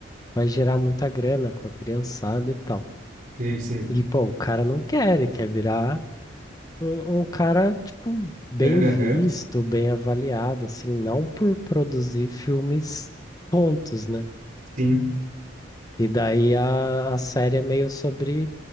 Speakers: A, on the left; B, on the right.
A: vai gerar muita grana com a criançada e tal.
B: Sei, sei.
A: E, pô, o cara não quer, ele quer virar um, um cara, tipo, bem
B: Aham.
A: visto, bem avaliado, assim, não por produzir filmes tontos, né?
B: Sim.
A: E daí a, a série é meio sobre